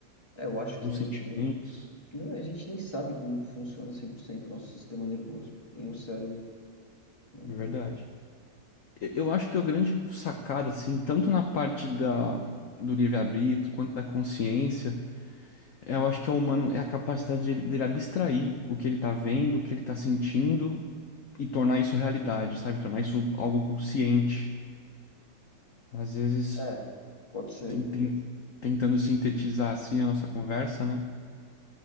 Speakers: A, on the left; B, on the left.
A: É, eu acho que
B: dos
A: ni-
B: sentimentos,
A: ni- nem- a gente nem sabe como funciona 100% o nosso sistema nervoso, nem o cérebro, né?
B: de
A: Como
B: verdade.
A: é que...
B: Eu eu acho que a grande sacada, assim, tanto na parte da, do livre-arbítrio quanto da consciência, é, eu acho que é o humano é a capacidade de- dele abstrair o que ele tá vendo, o que ele tá sentindo e tornar isso realidade, sabe? Tornar isso algo consciente. Às vezes,
A: É, pode ser.
B: tem- tem- tentando sintetizar assim a nossa conversa, né?